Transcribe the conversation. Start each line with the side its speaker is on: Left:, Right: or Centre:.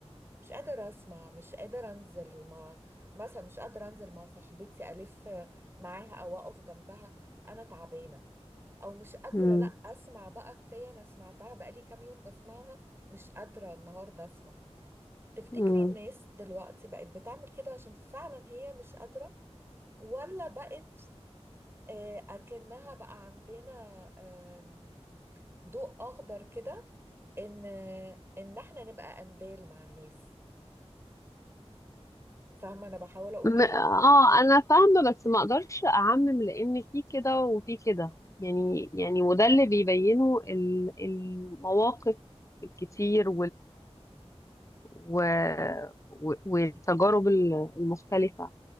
Right: مش قادر اسمع مش قادر انزل مع مثلا مش قادر انزل مع صاحبتي الف معاها او اقف جنبها انا تعبانة او مش قادره
Left: امم
Right: لا اسمع بقى كفايه انا سمعتها بقالي كام يوم بسمعها مش قادره النهارده اسمع تفتكري
Left: امم
Right: الناس دلوقتي بقت بتعمل كده عشان فعلا هي مش قادره ولا بقت آه، اكنها بقى عندنا آم، ضوء اخضر كده ان ان احنا نبقى قنديل مع الناس فاهمه انا بحاول اقول
Left: م-
Right: ايه
Left: اه انا فاهمه بس ما اقدرش اعمم لان في كده وفي كده يعني يعني وده اللي بيبينه ال- المواقف الكتير و... و... والتجارب ال- المختلفة